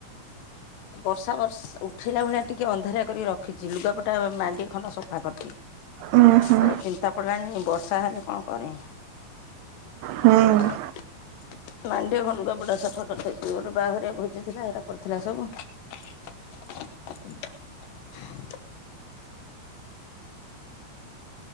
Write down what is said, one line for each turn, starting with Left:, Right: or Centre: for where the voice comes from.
Left: ବର୍ଷା ବର୍ ଉଠେଇଲା ଭଳିଆ, ଟିକେ ଅନ୍ଧାରିଆ କରି ରଖିଚି। ଲୁଗାପଟା ମାଣ୍ଡିଏ ଖଣ୍ଡେ ସଫା କରିଚି।
Right: ଉଁ ହୁଁ
Left: ତାକୁ ଚିନ୍ତା ପଡିଲାଣି, ବର୍ଷା ହେଲେ କଣ କରିବି।
Right: ହୁଁ।
Left: <inaudible> ମାଣ୍ଡିଏ ଖଣ୍ଡେ ଲୁଗା ପଟା ସଫା କରିଦେଇଚି। ଗୋଟେ ବାହାଘରିଆ ଭୋଜିଥିଲା, ହେରା ପଡିଥିଲା ସବୁ। <inaudible>